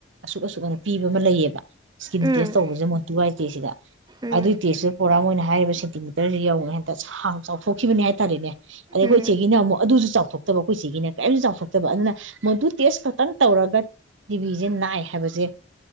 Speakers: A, on the right; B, on the right.
A: ꯑꯁꯨꯛ ꯑꯁꯨꯛ ꯑꯅ ꯄꯤꯕ ꯑꯃ ꯂꯩꯌꯦꯕ ꯏꯁꯀꯤꯟ
B: ꯎꯝ
A: ꯇꯦꯁ ꯇꯧꯕꯁꯦ ꯃꯣꯟꯇꯨꯒꯥꯏꯇꯦ ꯁꯤꯗ
B: ꯎꯝ
A: ꯑꯗꯨꯏ ꯇꯦꯁꯇꯨ ꯄꯨꯣꯔꯥ ꯃꯣꯏꯅ ꯍꯥꯏꯔꯤꯕ ꯁꯦꯟꯇꯤꯃꯤꯇꯔꯁꯤ ꯌꯧꯔ ꯍꯦꯛꯇ ꯁꯥꯡ ꯆꯥꯎꯊꯣꯛꯈꯤꯕꯅꯦ ꯍꯥꯏ ꯇꯥꯔꯦꯅꯦ ꯑꯗꯩ ꯑꯩꯈꯣꯏ
B: ꯎꯝ
A: ꯏꯆꯦꯒꯤꯅ ꯑꯃꯨꯛ ꯑꯗꯨꯁꯨ ꯆꯥꯎꯊꯣꯛꯇꯕ ꯑꯩꯈꯣꯏ ꯆꯆꯦꯒꯤꯅ ꯀꯔꯤꯝꯇꯁꯨ ꯆꯥꯎꯊꯣꯛꯇꯕ ꯑꯗꯨꯅ ꯃꯣꯟꯗꯨꯨ ꯇꯦꯁ ꯈꯛꯇꯪ ꯇꯧꯔꯒ ꯇꯤꯕꯤꯖꯦ ꯅꯥꯏ ꯍꯥꯏꯕꯁꯦ